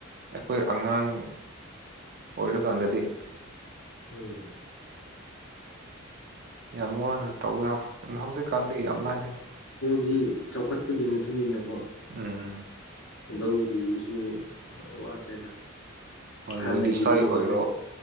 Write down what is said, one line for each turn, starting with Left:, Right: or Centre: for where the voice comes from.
Right: ꯑꯩꯈꯣꯏ ꯑꯉꯥꯡ ꯑꯣꯏꯔꯀꯥꯟꯗꯗꯤ
Left: ꯎꯝ
Right: ꯌꯥꯝ ꯋꯥꯅ ꯇꯧꯋꯦ ꯍꯧꯖꯤꯛꯀꯥꯟꯗꯤ ꯌꯥꯝ ꯂꯥꯏꯔꯦ
Left: ꯁꯤ ꯆꯥꯎꯈꯠꯄꯒꯤ ꯃꯇꯨꯡ ꯏꯟꯅꯀꯣ
Right: ꯎꯝ
Left: ꯂꯧ ꯎꯕꯁꯨ ꯌꯥꯝ ꯋꯥꯗ꯭ꯔꯦꯗ
Right: ꯍꯣꯏ
Left: ꯍꯥꯟꯅꯒꯤꯗꯤꯅꯦ
Right: ꯋꯦꯗꯤꯁꯥꯏ ꯑꯣꯏꯔꯣ